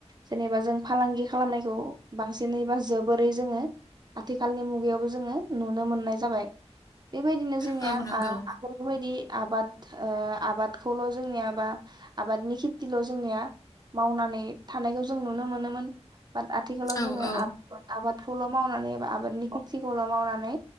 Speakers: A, on the right (about 40°); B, on the left (about 30°).
A: जेनेबा जों फालांगि खालामनायखौ बांसिनै बा जोबोरै जोङो आथिखालनि मुगायावबो जोङो नुनो मोननाय जाबाय। बेबायदिनो जोंनिया
B: औ नंगौ
A: आ आगोलनि बायदि आबाद ओ आबादखौल' जोंनिया बा आबादनि खेथिल' जोंनिया मावनानै थानायखौ जों नुनो मोनोमोन। बाट आथिखालाव
B: औ
A: जोङो
B: औ
A: आब-आबादखौल' मावनानै बा आबादनि खेथिखौल' जों मावनानै